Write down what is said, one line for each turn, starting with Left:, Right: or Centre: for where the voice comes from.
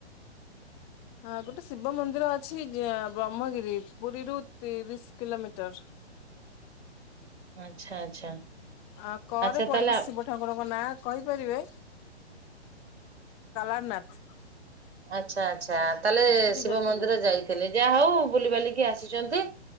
Left: ହଁ ଗୋଟେ ଶିବ ମନ୍ଦିର ଅଛି ହଁ ବ୍ରହ୍ମଗିରି ପୁରୀରୁୁ ତିରିଶ କିଲୋମିଟର।
Right: ଆଚ୍ଛା ଆଚ୍ଛା।
Left: ଆ କରେ
Right: ଆଚ୍ଛା
Left: ପଡିବ
Right: ତାହେଲେ
Left: ଶିବ ଠାକୁରଙ୍କ ନାଁ କହିପାରିବେ? କାଲାରନାଥ।
Right: ଆଚ୍ଛା ଆଚ୍ଛା ତାହେଲେ
Left: ସେଠିକି
Right: ଶିବ
Left: ଯାଇଥିଲୁ।
Right: ମନ୍ଦିର ଯାଇ ଥିଲେ ଯାହା ହଉ ବୁଲିିବାଲିକି ଆସିଛନ୍ତି